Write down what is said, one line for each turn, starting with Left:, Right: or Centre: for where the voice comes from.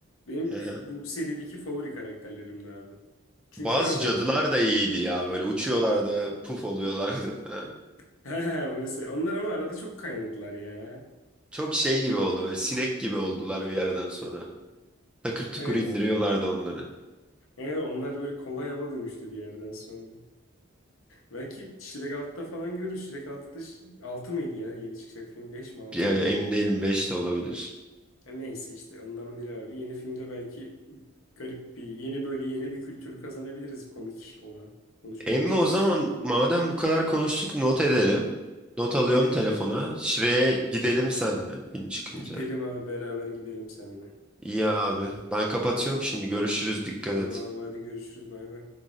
Left: benim
Centre: Hı
Left: di-
Centre: hı.
Left: bu serideki favori karakterlerimdi abi. Çünkü
Centre: Bazı
Left: abi
Centre: cadılar da iyiydi ya böyle uçuyorlardı, puf oluyorlardı falan.
Left: <laughs> he, mesela onlar ama arada çok kaynadılar ya.
Centre: Çok şey gibi oluyor, sinek gibi oldular bir yerden sonra. Takır tukur
Left: Evet.
Centre: indiriyorlardı onları.
Left: Evet onlar böyle kolay hava dönüştü bir yerden sonra. Belki Shrek 6'da falan görürüz. Shrek 6'da ş- 6 mıydı ya? Yeni çıkacak film 5 mi 6
Centre: Ya,
Left: mı?
Centre: emin değilim 5 de olabilir.
Left: Ha, neyse işte ondan biri abi. Yeni filmde belki garip bir yeni böyle yeni bir kültür kazanabiliriz komik olan konuşabileceğimiz.
Centre: Emmi o zaman madem bu kadar konuştuk not edelim. Not alıyorum
Left: Edelim.
Centre: telefona. Şire'ye gidelim seninle film çıkınca.
Left: Gidelim abi beraber gidelim seninle.
Centre: İyi abi. Ben kapatıyorum
Left: İyi.
Centre: şimdi. Görüşürüz. Dikkat
Left: Tamam
Centre: et.
Left: abi hadi görüşürüz bay bay.